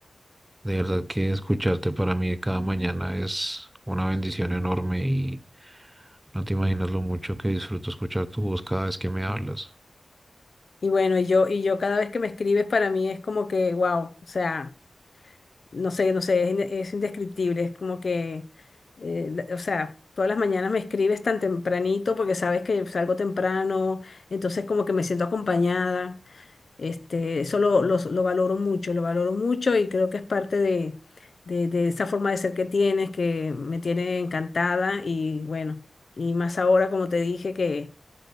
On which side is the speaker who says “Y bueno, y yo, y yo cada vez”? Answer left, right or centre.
Left